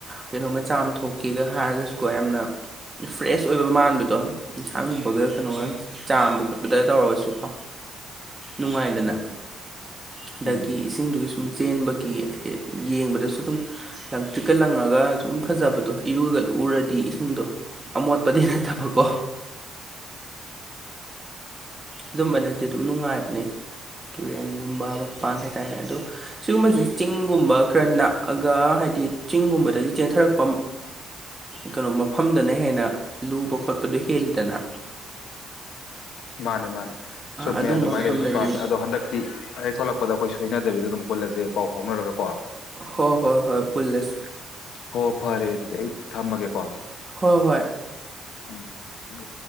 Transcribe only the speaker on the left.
ꯎꯝ
ꯃꯥꯅꯦ ꯃꯥꯅꯦ ꯆꯨꯝꯃꯦ
ꯑꯗꯨꯃꯥꯏꯅ
ꯂꯩꯕꯁꯨ ꯄꯥꯝꯃꯦ ꯑꯗꯣ ꯍꯟꯗꯛꯇꯤ ꯑꯩ ꯊꯣꯛꯂꯛꯄ ꯄꯗ ꯑꯩꯈꯣꯏ ꯁꯣꯏꯅꯗꯕꯤꯗ ꯑꯗꯨꯝ ꯄꯨꯜꯂꯁꯦ ꯄꯥꯎ ꯐꯥꯎꯅꯔꯒ ꯀꯣ
ꯍꯣ ꯐꯔꯦ ꯑꯗꯨꯗꯤ ꯑꯩ ꯊꯝꯃꯒꯦꯀꯣ
ꯎꯝ ꯊꯝꯃꯦ